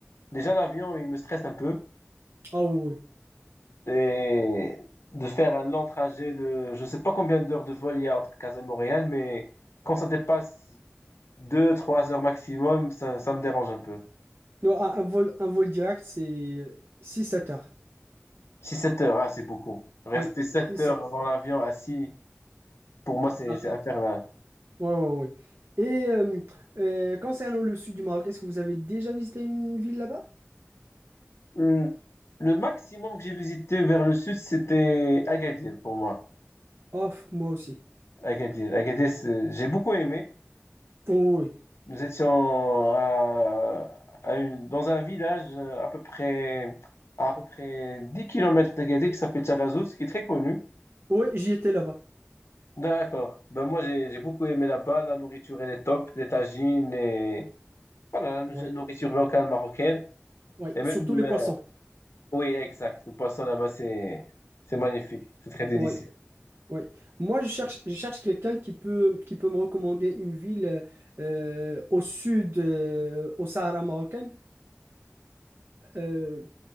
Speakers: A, on the left (about 65°); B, on the right (about 55°).
A: Déjà, l'avion, il me stresse un peu.
B: Ah oui, oui.
A: Et de faire un long trajet de, je ne sais pas combien d'heures de vol il y a entre Casa et Montréal, mais quand ça dépasse deux trois heures maximum, ça, ça me dérange un peu.
B: Non, un, un vol, un vol direct, c'est six 7 heures.
A: 6 sept heures, ah, c'est beaucoup. Rester
B: Oui,
A: 7
B: Six
A: heures
B: 7
A: dans l'avion assis, pour moi, c'est
B: Ah,
A: c'est infernal.
B: oui, oui, oui. Et euh, euh, concernant le sud du Maroc, est-ce que vous avez déjà visité une ville là-bas?
A: Hum, Le maximum que j'ai visité vers le sud, c'était Agadir pour moi.
B: Ah, f- moi aussi.
A: Agadir, Agadir, c'est- j'ai beaucoup aimé.
B: Oh, oui,
A: Nous étions à- à une- dans un village euh, à peu près, à, à peu près 10 km d'Agadir qui s'appelle Taghazout, qui est très connu.
B: oui, Oui, j'y étais là-bas.
A: D'accord. Ben moi, j'ai j'ai beaucoup aimé là-bas. La nourriture, elle est top. Les tagines, les... Voilà, la nou-
B: Oui,
A: nourriture locale marocaine.
B: oui,
A: Et
B: surtout
A: même,
B: les
A: euh,
B: poissons.
A: oui, exact. Le poisson là-bas, c'est c'est magnifique. C'est très délicieux.
B: Oui, oui. Moi, je cherche, je cherche quelqu'un qui peut, qui peut me recommander une ville euh, euh, au sud, euh, au Sahara marocain, Euh,